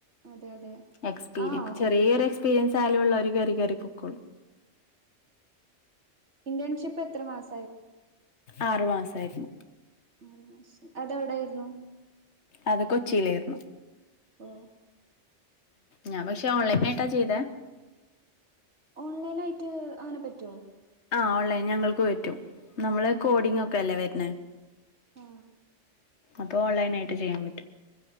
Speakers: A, on the right; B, on the left.
A: അതെ അതെ
B: എക്സ്പീരിയൻസ്
A: ആഹ്
B: ചെറിയൊരു എക്സ്പീരിയൻസായാലുള്ളോര്ക്ക് കേറി കേറി പൊക്കോളും
A: ഇന്റേൺഷിപ്പ് എത്ര മാസ
B: ആറു മാസായിര്ന്നു
A: ആറു മാസം അതെവിടേയിര്ന്നു
B: അത് കൊച്ചിയിലാര്ന്നു
A: ഓ
B: ഞാൻ പക്ഷെ ഓൺലൈലായിട്ടാ ചെയ്തെ
A: ഓൺലൈൻ ആയിട്ട് അങ്ങനെ പറ്റോ
B: ആ ഓൺലൈൻ ഞങ്ങൾക്ക് പറ്റും നമ്മള് കോഡിംഗക്കെല്ലേ വര്ണേ
A: ആ
B: അപ്പൊ ഓൺലൈനായിട്ട് ചെയ്യാൻ പറ്റും